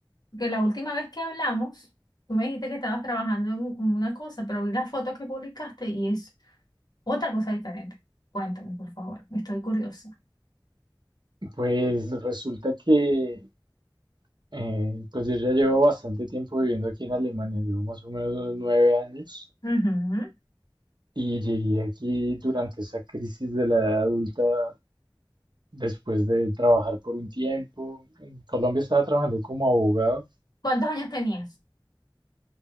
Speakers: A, on the left (about 55°); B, on the right (about 65°).
A: porque la última vez que hablamos, tú me dijiste que estabas trabajando en, en una cosa, pero vi las fotos que publicaste y es otra cosa diferente. Cuéntame, por favor, estoy curiosa.
B: Pues resulta que eh, pues yo ya llevo bastante tiempo viviendo aquí en Alemania, llevo más o menos unos nueve años
A: Ujú.
B: y llegué aquí durante esa crisis de la edad adulta después de trabajar por un tiempo. En Colombia estaba trabajando como abogado,
A: ¿Cuántos años tenías?